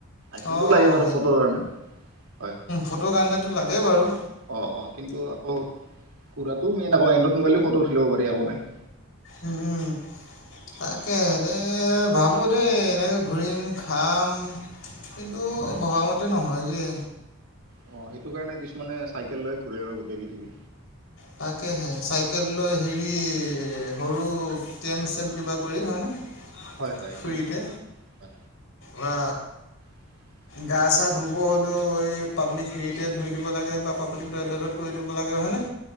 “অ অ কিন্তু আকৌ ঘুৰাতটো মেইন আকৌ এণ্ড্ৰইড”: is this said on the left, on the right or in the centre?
Right